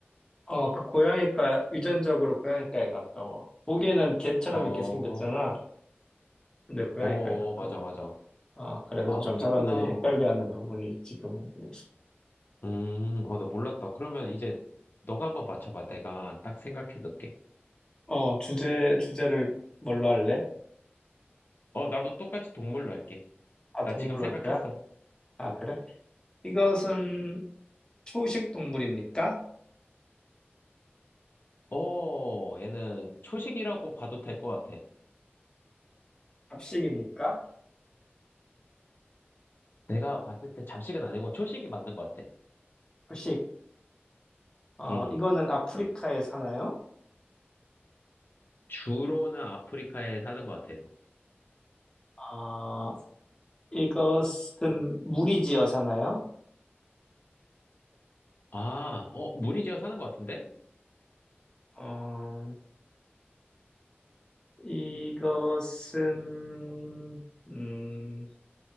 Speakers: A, on the left (about 20°); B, on the left (about 55°).
A: 어, 그 고양이과, 유전적으로 고양이과에 가까워. 보기에는 개처럼
B: 어, 어,
A: 이렇게 생겼잖아. 근데 고양이과에
B: 어,
A: 가까워.
B: 맞아, 맞아.
A: 어, 그래서
B: 아,
A: 좀
B: 그렇구나.
A: 사람들이 헷갈려하는 부분이 있지, 그 부분에서.
B: 음, 어, 나 몰랐다. 그러면 이제 너가 한번 맞춰봐. 내가 딱 생각해 놓을게.
A: 어, 주제, 주제를 뭘로 할래?
B: 어, 나도 똑같이 동물로 할게.
A: 아,
B: 나
A: 동물로
B: 지금 생각했어.
A: 할 거야? 아, 그래? 이것은 초식 동물입니까?
B: 어, 얘는 초식이라고 봐도 될 것 같아.
A: 잡식입니까?
B: 내가 봤을 때 잡식은 아니고 초식이 맞는 것 같아.
A: 초식. 어,
B: 음,
A: 이거는 아프리카에 사나요?
B: 주로는 아프리카에 사는 것 같아요.
A: 어, 이것은 무리지어 사나요?
B: 아, 어, 무리지어 사는 것 같은데?
A: 어, 이것은, 음,